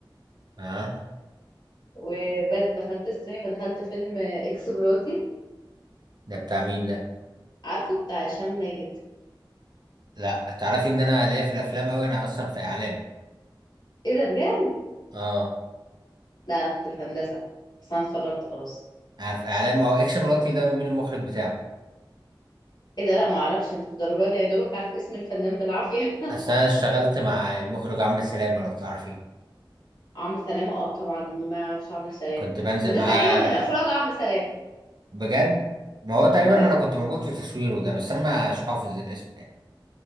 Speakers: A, on the right (about 55°); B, on the left (about 55°).
A: اه
B: وبس دخلت السينما دخلت فيلم آه، إكس مراتي
A: ده بتاع مين ده
B: عارفه بتاع هشام ماجد
A: لا تعرفي ان انا ليا في الافلام قوي انا اصلا في اعلام
B: ايه ده بجد؟
A: اه
B: لا أنا كنت في هندسة بس أنا اتخرجت خلاص
A: انا في اعلام هو اكس مراتي ده مين المخرج بتاعه
B: ايه ده لا معرفش مش الدرجات دي يا دوبك عارفة اسم الفنان بالعافية <laughs>
A: اصل انا اشتغلت مع المخرج عمرو سلامه لو تعرفيه
B: عمرو سلامة اه طبعا مين ما يعرفش عمرو سلامة
A: كنت بنزل
B: ما ده
A: معاه
B: تقريبا من اخراج عمرو سلامة
A: بجد ما
B: <laughs>
A: هو تقريبا انا كنت موجود في تصويره ده بس انا مش حافظ الاسم يعني